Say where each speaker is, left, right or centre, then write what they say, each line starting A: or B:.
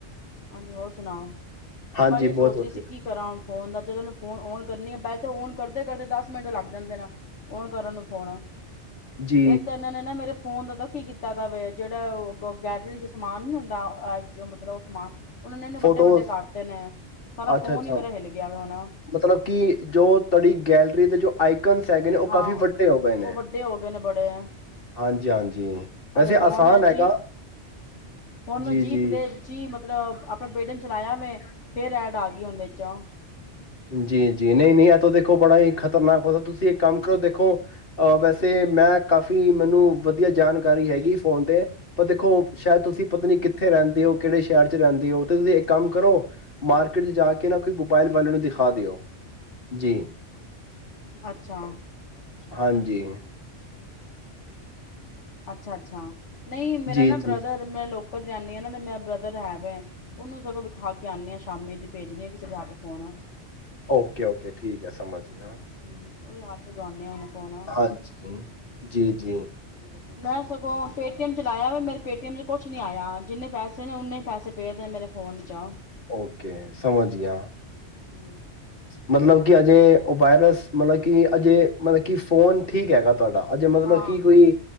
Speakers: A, on the left; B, on the left.
A: ਹਾਂਜੀ ਹੋਰ ਸੁਣਾ
B: ਹਾਂਜੀ
A: ਮੈਂ ਉਹ
B: ਬਹੁਤ
A: ਸੋਚ
B: ਵਧੀਆ
A: ਰਹੀ ਸੀ ਕੀ ਕਰਾਂਣ ਫੋਨ ਦਾ ਜਦ ਉਹੂੰ ਫੋਨ ਓਨ ਕਰਨੀ ਆ ਪਹਿਲ ਤਾਂ ਓਨ ਕਰਦੇ ਕਰਦੇ ਦਸ ਮਿੰਟ ਲੱਗ ਜਾਂਦੇ ਨਾ ਓਨ ਕਰਨ ਨੂੰ ਫੋਨ ਆ
B: ਜੀ
A: ਤੇ ਇਹਨਾਂ ਨੇ ਨਾ ਮੇਰੇ ਫੋਨ ਦਾ ਕੀ ਕੀਤਾ ਤਾਂ ਵ ਜਿਹੜਾ ਉਹ ਗੈਲਰੀ ਚ ਸਮਾਨ ਨੀ ਹੁੰਦਾ ਅ ਮਤਲਬ ਉਹ ਸਮਾਨ ਉਹਨਾਂ ਨੇ ਇੰਨੇ ਵੱਡੇ
B: ਫੋਟੋਜ਼
A: ਵੱਡੇ ਕੱਟਤੇ ਨੇ ਸਾਰਾ
B: ਅੱਛਾ
A: ਫੋਨ
B: ਅੱਛਾ
A: ਹੀ ਮੇਰਾ ਹਿੱਲ ਗਿਆ ਵਾ ਹੁਣ
B: ਮਤਲਬ ਕਿ ਜੋ ਤੁਹਾੜੀ ਗੈਲਰੀ ਦੇ ਜੋ ਆਈ ਹੈਗੇ ਨੇ ਉਹ
A: ਹਾਂ
B: ਕਾਫੀ ਵੱਡੇ ਹੋ ਗਏ ਨੇ
A: ਉਹ ਵੱਡੇ ਹੋ ਗਏ ਨੇ ਬੜੇ
B: ਹਾਂਜੀ ਹਾਂਜੀ
A: ਆ
B: ਵੈਸੇ
A: ਵੇਖੋ
B: ਆਸਾਨ
A: ਹੁਣ ਮੈਂ
B: ਹੈਗਾ
A: ਜੀ ਹੁਣ ਮੈਂ
B: ਜੀ ਜੀ
A: ਪਲੇ ਜੀ ਮਤਲਬ ਆਪਣਾ ਪੇਟ ਨੂੰ ਚਲਾਇਆ ਵੈਂ ਫੇਿਰ ਐਡ ਆ ਗਈ ਹੁਣ ਵਿੱਚੋਂ
B: ਜੀ ਜੀ ਨਹੀਂ ਨਹੀਂ ਇਹ ਤਾਂ ਦੇਖੋ ਬੜਾ ਹੀ ਖ਼ਤਰਨਾਕ ਹੁੰਦਾ ਤੁਸੀਂ ਇੱਕ ਕੰਮ ਕਰੋ ਦੇਖੋ ਅ ਵੈਸੇ ਮੈਂ ਕਾਫ਼ੀ ਮੈਨੂੰ ਵਧੀਆ ਜਾਣਕਾਰੀ ਹੈਗੀ ਫੋਨ ਤੇ ਪਰ ਦੇਖੋ ਸ਼ਾਇਦ ਤੁਸੀਂ ਪਤਾ ਨ ਕਿੱਥੇ ਰਹਿੰਦੇ ਹੋ ਕਿਹੜੇ ਸ਼ਹਿਰ ਚ ਰਹਿੰਦੇ ਹੋ ਤੁਸੀਂ ਇੱਕ ਕੰਮ ਕਰੋ ਮਾਰਕੀਟ ਚ ਜਾ ਕੇ ਨਾ ਕੋਈ ਮੋਬਾਇਲ ਵਾਲੇ ਨੂੰ ਵਿਖਾ ਖਾ ਦਿਓ ਜੀ
A: ਅੱਛਾ
B: ਹਾਂਜੀ,
A: ਅੱਛਾ ਅੱਛਾ ਨਹੀਂ ਮੇਰਾ
B: ਜੀ-ਜੀ
A: ਨਾ ਬ੍ਰਦਰ ਮੈਂ ਲੋਕ ਜਾਂਦੀ ਹ ਨਾ ਤੇ ਮੇਰਾ ਬ੍ਰਦਰ ਹੋਵੇ, ਉਹਨੂੰ ਸਗੋਂ ਵਿਖਾ ਕੇ ਆਉਂਦੀ ਹਾਂ, ਸ਼ਾਮੀ ਦੀ ਭੇਜਣੀ ਹ ਕਿਸੇ ਦੇ ਹੱਥ ਫੋਨ
B: ਓਕੇ -ਓਕੇ ਠੀਕ ਹੈ ਸਮਝ ਜੀ,
A: ਹੂੰ ਉਹਦੇ ਹੱਥ ਭਜਵਾਨੇ ਆ ਉਹਨੇ ਫੋਨ
B: ਹਾਂਜੀ ਜੀ ਜੀ।
A: ਮੈਂ ਸਗੋਂ ਪੇਟੀਐਮ ਚਲਾਇਆ ਵਾ, ਮੇਰੇ ਪੇਟੀਐਮ ਚ ਕੁਛ ਨਹੀਂ ਆਇਆ, ਜਿੰਨੇ ਪੈਸੇ ਨੇ ਉਨੇ ਪੈਸੇ ਪੇਦੇ ਨੇ ਮੇਰੇ ਫੋਨ ਚ ਆ
B: ਓਕੇ, ਸਮਝ ਗਿਆ।
A: ਹੂੰ
B: ਮਤਲਬ ਕਿ ਅਜੇ, ਓਬਾਇਰਸ ਮਤਲਬ ਕਿ ਅਜੇ ਮਤਲਬ ਕਿ ਫੋਨ ਠੀਕ ਹੈਗਾ ਤੁਹਾਡਾ ਅਜੇ ਮਤਲਬ
A: ਹਾਂ
B: ਕੀ ਕੋਈ